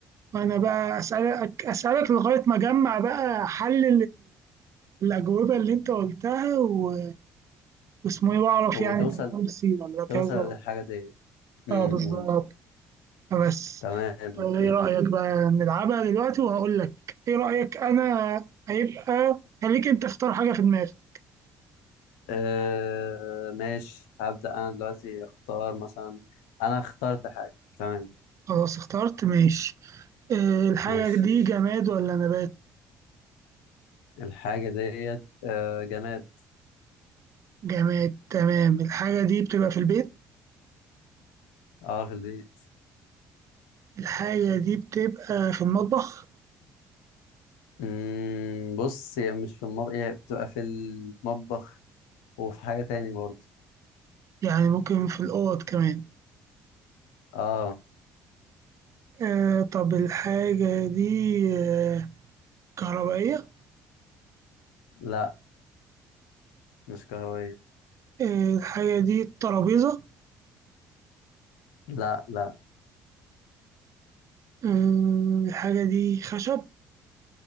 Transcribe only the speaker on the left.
وتوصل
توصل للحاجة دي امم
تمام
اوكي
آه ماشي هبدأ انا دلوقتي اختار مثلا انا اخترت حاجة تمام
ماشي
الحاجة ديت آه جماد
اه في البيت
امم بص هي مش في المطبخ هي بتبقى في المطبخ وفي حاجة تاني برضه
اه
لا مش كهربائية
لا لا